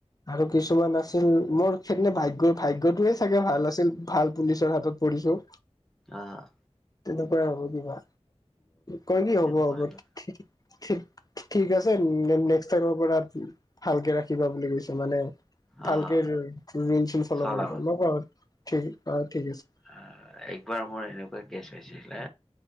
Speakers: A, on the left (about 35°); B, in the centre.
A: আৰু কিছুমান আছিল মোৰ সেইদি ভাগ্য ভাগ্যটোয়ে চাগে ভাল আছিল। ভাল পুলিচৰ হাতত পৰিছো।
B: অঁ'।
A: তেনেকুৱাই হ'ব কিবা কয়
B: সেইটোতো
A: কি হ'ব হ'ব
B: হয় বাৰু,
A: কি ঠিক আছে নেক্স টাইমৰ পৰা ভালকে ৰাখিবা বুলি কৈছে মানে।
B: অ',
A: ভালকে চ ফল
B: চলাবা।
A: কৰি ন ঠিক অ ঠিক আছে
B: অ একবাৰ মোৰ এনেকুৱা কেছ হৈছিলে